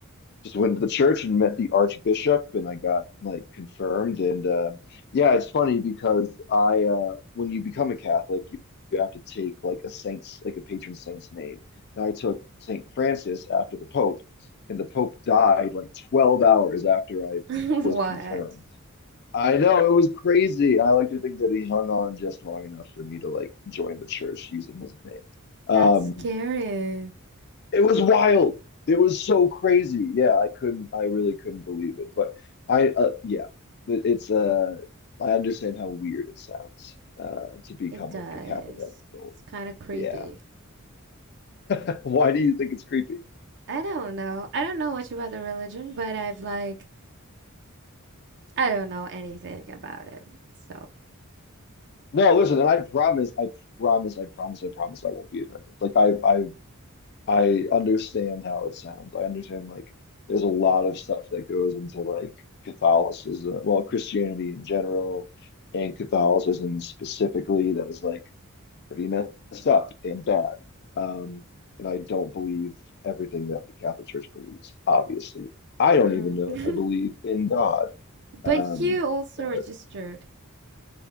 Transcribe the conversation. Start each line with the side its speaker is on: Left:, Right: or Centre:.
Left: just went to the church and met the archbishop and I got like confirmed and uh yeah it's funny because I uh when you become a Catholic you, you have to take like a saint's like a patron saint's name and I took Saint Francis after the Pope and the Pope died like 12 hours after I
Right: <laughs>
Left: was
Right: What?
Left: confirmed I know it was crazy I like to think that he hung on just long enough for me to like join the church using his name
Right: <laughs>
Left: um
Right: That's scary.
Left: it was wild. It was so crazy. Yeah, I couldn't, I really couldn't believe it. But I, uh, yeah, it, it's, uh, I understand how weird it sounds, uh, to become
Right: It does.
Left: like a Catholic as an adult.
Right: It's kind of creepy.
Left: Yeah. <laughs> Why do you think it's creepy?
Right: I don't know. I don't know much about the religion, but I've like, I don't know anything about it. So,
Left: No, listen, and I promise, I promise, I promise, I promise I won't be offended. Like I, I, I understand how it sounds. I understand like there's a lot of stuff that goes into like Catholicism, well, Christianity in general and Catholicism specifically that is like pretty messed up and bad. Um, and I don't believe everything that the Catholic Church believes, obviously. I don't
Right: mm.
Left: even know if I believe in God.
Right: <laughs> But
Left: Um,
Right: you also
Left: but,
Right: registered.